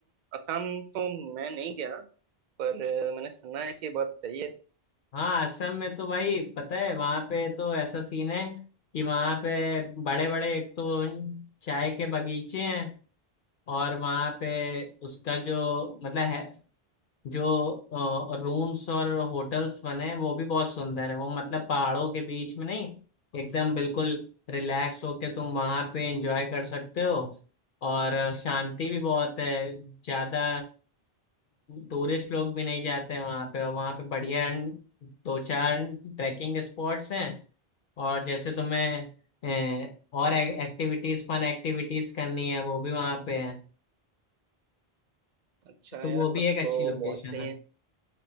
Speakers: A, on the right; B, on the left.
A: असम तो मैं नहीं गया पर अ, मैंने सुना है कि बहुत सही है
B: हाँ असम में तो भाई पता है वहां पे तो ऐसा सीन है कि वहां पे बड़े बड़े एक तो चाय के बगीचे हैं और वहां पे उसका जो मतलब है जो रूम्स और होटल्स बने हैं वो भी बहुत सुंदर है वो मतलब पहाड़ों के बीच में नहीं एकदम बिल्कुल रिलैक्स होके तुम वहां पे एंजॉय कर सकते हो और शांति भी बहुत है ज्यादा टूरिस्ट लोग भी नहीं जाते हैं वहां पे और वहां पे बढ़िया दो चार ट्रैकिंग स्पॉट्स हैं और जैसे तुम्हें ए, और एक्टिविटीज फन एक्टिविटीज करनी है वो भी वहां पे है
A: अच्छा
B: तो
A: यार
B: वो भी
A: तब
B: एक
A: तो
B: अच्छी लोकेशन
A: बहुत सही
B: है
A: है